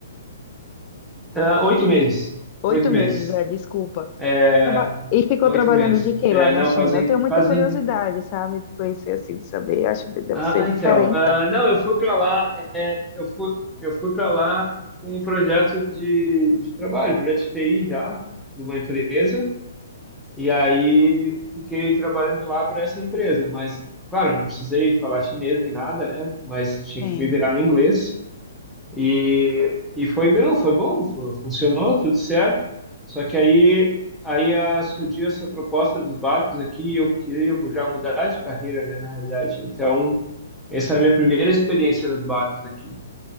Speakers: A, in the centre; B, on the left.
A: Ah, oito meses.
B: Oito
A: Oito meses.
B: meses, é, desculpa.
A: É,
B: Traba- E ficou
A: oito
B: trabalhando
A: meses.
B: de quê
A: É,
B: lá na
A: não,
B: China?
A: fazem,
B: Eu tenho muita
A: fazem...
B: curiosidade, sabe? De conhecer assim, de saber. Acho que deve
A: Ah,
B: ser
A: ah,
B: diferente,
A: então, ah,
B: então.
A: não, eu fui para lá, é, eu fui, eu fui para lá com um projeto de, de trabalho, projeto de TI já, de uma empresa, E aí fiquei trabalhando lá para essa empresa, mas claro, não precisei falar chinês nem nada, né? Mas tinha
B: Sim.
A: que me virar no inglês. E e foi bem, foi bom, fu- funcionou, tudo certo. Só que aí aí ah, surgiu essa proposta dos barcos aqui e eu queria já mudar de carreira, né, na realidade. Então, essa é a minha primeira experiência nos barcos aqui.